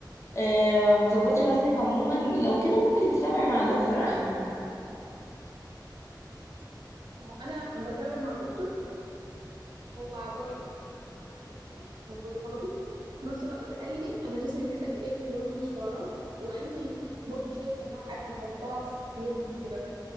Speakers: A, on the left (about 40°); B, on the right (about 70°).
A: آه، او تظبطي وزنك عموما لو كده ممكن تتابعي مع دكتور احلى
B: ما هو انا بتابع مع دكتور هو عطاني استبعاد كده المفروض باخده في نفس الوقت قال لي انا جسمي محتاج ايه في اليوم من السعرات وقال لي برضو شويه انواع اكل احطها في يومي وكده